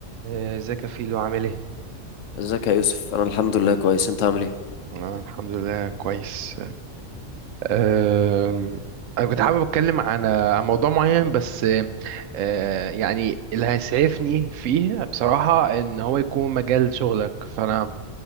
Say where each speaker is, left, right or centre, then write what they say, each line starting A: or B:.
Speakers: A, on the right (about 85°); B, on the left (about 80°).
A: آه، ازيك يا فيلو عامل ايه
B: ازيك يا يوسف انا الحمد لله كويس انت عامل ايه
A: أنا الحمد لله كويس أم، أنا كنت حابب أتكلم عن آه، عن موضوع معين بس أه، يعني اللي هيسعفني فيه بصراحة إن هو يكون مجال شغلك فأنا